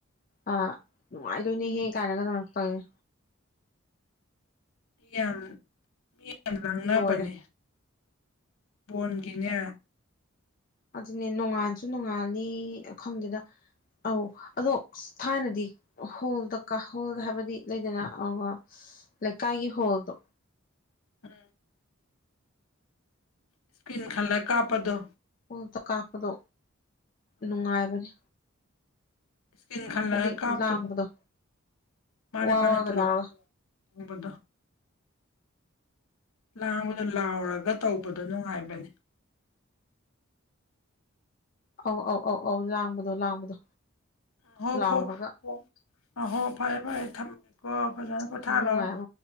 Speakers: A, on the left; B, on the left.
A: ꯑꯥ ꯅꯨꯡꯉꯥꯏꯗꯣꯏꯅꯦ ꯍꯦ ꯀꯥꯏꯅꯒ ꯍꯪꯉꯛꯇꯣꯏꯅꯦ
B: ꯃꯤꯌꯥꯝ ꯃꯤꯌꯥꯝ ꯂꯥꯡꯅꯕꯅꯦ
A: ꯂꯣꯏꯔꯦ
B: ꯕꯣꯟꯒꯤꯅꯦ
A: ꯑꯗꯨꯅꯦ ꯅꯣꯡꯉꯥꯜꯁꯨ ꯅꯣꯡꯉꯥꯅꯤ ꯈꯪꯗꯦꯗ ꯑꯧ ꯑꯗꯣ ꯊꯥꯏꯅꯗꯤ ꯍꯣꯜꯗ ꯀꯥ ꯍꯣꯜ ꯍꯥꯏꯕꯗꯤ ꯂꯩꯗꯅ ꯑꯥ ꯂꯩꯀꯥꯏꯒꯤ ꯍꯣꯜꯗꯣ
B: ꯎꯝ ꯏꯁꯀ꯭ꯔꯤꯟ ꯈꯜꯂꯒ ꯀꯥꯞꯄꯗꯣ
A: ꯍꯣꯜꯇ ꯀꯥꯞꯄꯗꯣ ꯅꯨꯡꯉꯥꯏꯕꯅꯦ
B: ꯏꯁꯀꯤꯟ ꯈꯜꯂꯒ
A: ꯍꯥꯏꯗꯤ
B: ꯀꯥꯞꯄꯗ
A: ꯂꯥꯡꯕꯗꯣ
B: ꯃꯥꯅꯦ
A: ꯋꯥ
B: ꯃꯥꯅꯦ
A: ꯋꯥꯒ
B: ꯄꯨꯂꯞ
A: ꯂꯥꯎꯔꯒ
B: ꯄꯟꯕꯗꯣ ꯂꯥꯡꯕꯗꯣ ꯂꯥꯎꯔꯒ ꯇꯧꯕꯗꯣ ꯅꯨꯡꯉꯥꯏꯕꯅꯦ
A: ꯑꯧ ꯑꯧ ꯑꯧ ꯑꯧ ꯂꯥꯡꯕꯗꯣ ꯂꯥꯡꯕꯗꯣ
B: ꯎꯝ ꯍꯣ
A: ꯂꯥꯎꯔꯒ
B: ꯐꯣ ꯑ ꯍꯣ ꯐꯔꯦ ꯐꯔꯦ ꯊꯝꯃꯒꯀꯣ ꯐꯖꯅ ꯄꯣꯊꯥꯔꯑꯣ
A: ꯈꯨꯅꯨꯡꯉꯥꯏ ꯑꯃ